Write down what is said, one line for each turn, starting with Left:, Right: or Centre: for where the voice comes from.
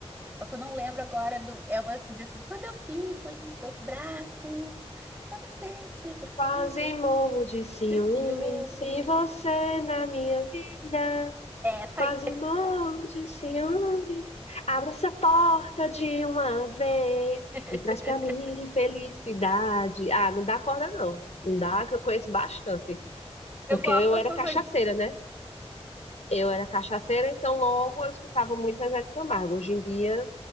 Right: Só que eu não lembro agora do. É uma que diz assim: quando eu fico em seus braços, a não ser de ser perfume,
Left: Quase morro de ciúme,
Right: de ciúme.
Left: sem você na minha vida.
Right: É essa
Left: Quase
Right: aí.
Left: morro de ciúme. Abre essa porta de uma vez
Right: <laughs>
Left: e traz pra mim felicidade. Ah, não dá corda, não. Não dá, que eu conheço bastante.
Right: Eu
Left: Porque
Right: gosto
Left: eu
Right: dessas
Left: era cachaceira,
Right: aí.
Left: né? Eu era cachaceira, então logo eu escutava muito Zezé de Camargo. Hoje em dia